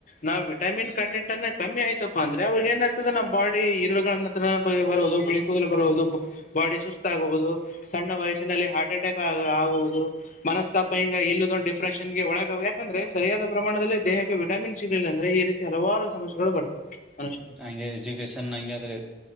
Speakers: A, on the left; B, in the centre.
A: ನಾವ್ ವಿಟಮಿನ್ ಕಂಟೆಂಟ್ ಅನ್ನ ಕಮ್ಮಿ ಆಯ್ತಾ ಅಂದ್ರೆ ಅವ್ರಾಗ ಏನ್ ಆ್ತದೆ ನಮ್ಮ್ ಬಾಡಿ ಹರುನ್ನ ಬರದು ಬಿಳಿ ಕೂದಲು ಬರಬಹುದು ಬಾಡಿ ಸುಸ್ತ ಆಗಬಹುದು ಸಣ್ಣ ವಯಸ್ಸಿನಲ್ಲಿ ಹಾರ್ಟ್ ಅಟ್ಯಾಕ್ ಆ ಆಗಹುದು ಮನಸ್ತಾಪ ಹಂಗ ಇಲ್ಲದೊ ಡಿಪ್ರೆಷನ್ ಗೆ ಒಳಗಾಗುದು ಯಾಕಂದ್ರೆ ಸರಿಯಾದ ಪ್ರಮಾಣದಲ್ಲಿ ದೇಹಕ್ಕೆ ವಿಟಾಮಿನ್ ಸಿಗ್ಲಿಲ್ಲ ಅಂದ್ರೆ ಈ ರೀತಿ ಹಲವಾರು ಸಮಸ್ಯೆಗಳು ಬರ್ತವೆ ಮನುಷ್ಯನಿಗೆ
B: ಹಂಗೆ ಎಜುಕೇಶನ್ ಹಂಗೆ ಅದ ರಿ